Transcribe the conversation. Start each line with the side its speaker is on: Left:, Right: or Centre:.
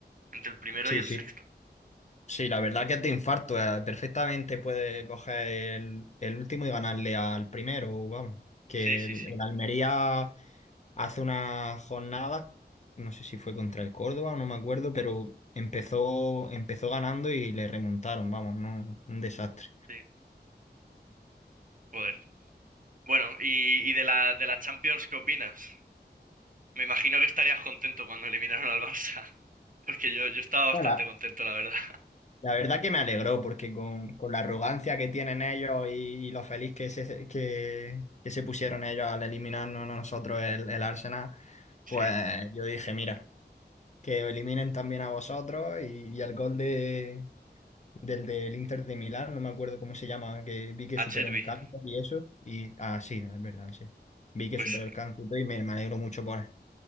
Right: entre el primero
Left: sí,
Right: y el
Left: sí.
Right: sexto.
Left: Sí, la verdad que es de infarto. eh, Perfectamente puede coger el, el último y ganarle al primero, vamos. Que
Right: Sí, sí,
Left: el,
Right: sí,
Left: el Almería. hace unas jornadas, no sé si fue contra el Córdoba, no me acuerdo, pero empezó, empezó ganando y le remontaron, vamos, no, un desastre.
Right: sí, joder. Bueno, y, y de la, de la Champions, ¿qué opinas? Me imagino que estarías contento cuando eliminaron al Barça, <laughs> porque yo, yo estaba bastante
Left: Ahora,
Right: contento, la verdad.
Left: la la verdad que me alegró porque con, con la arrogancia que tienen ellos y, y lo feliz que se, que, que se pusieron ellos al eliminarnos a nosotros el, el Arsenal,
Right: <laughs>
Left: pues
Right: Sí.
Left: yo dije, mira, que os eliminen también a vosotros y, y el gol de, del del Inter de Milán, no me acuerdo cómo se llama, que vi que
Right: A
Left: superó
Right: Cherby.
Left: un cáncer y eso. Y, ah, sí, es verdad, sí. Vi que
Right: Pues
Left: superó el cáncer y me, me alegro mucho por él.